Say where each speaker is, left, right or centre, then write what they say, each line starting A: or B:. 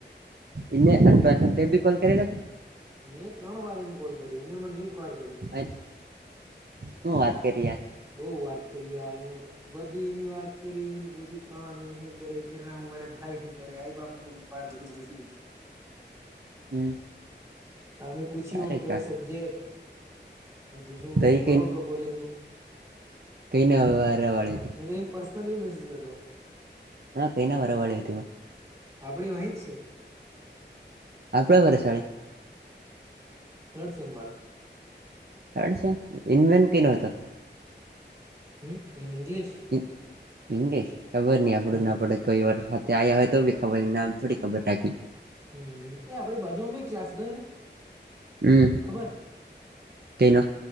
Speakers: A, on the right; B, on the right.
A: એને અવા બી કોલ કરે લા?
B: મેં ત્રણ વાર એને કોલ કર્યો એને મને એક વાર કર્યો.
A: અન હું વાત કરી યાર.
B: બઉ વાત કરી યાર બધીની વાત કરી એમ પૂછ્યું કા નહી હું કરે. ગીરના શું કરે ભાઈ શું કરે આઈ બા શું કર બાર બધું મુસ્લુ.
A: હમ.
B: અમે પૂછ્યું
A: સારી
B: કયો
A: કહેવાય
B: સબ્જેક્ટ પૂછ્યું ક
A: તો
B: ત
A: એ
B: મળો તો કોલેજ નુ
A: કઈને વારેવાળી.
B: મે તો એને પર્સનલી મેસેજ કરલો.
A: હા કઈ ના વરાવાળી હતી વા.
B: આપણી વાંહે છે.
A: આપણા બર સાડી
B: થડ સેમ વાળી.
A: થડ સેમ ઇન્મેન ટી નો હતો.
B: હમ ઇન ઇંગ્લીિશ.
A: શ ખબર ન આપડું
B: હમ
A: ના પડે કોઈ વા તે આયા હોય તો ખબર નામ થોડી ખબર રાખી.
B: હમ એ આપડી બાજુમાં બી ક્લાસ તોય ને
A: હમ
B: ખબર
A: તેનો.